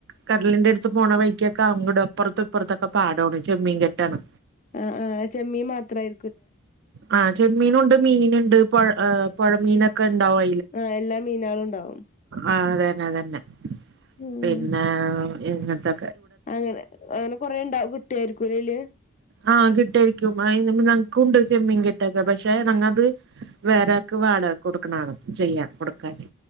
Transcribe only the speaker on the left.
ആ ആ ചെമ്മീ മാത്രായി
ആ എല്ലാ മീനാളും ഉണ്ടാവും
ഉം
അങ്ങനെ അങ്ങനെ കൊറേ ഉണ്ടാവും കിട്ടിയായിരിക്കൂല്ലല്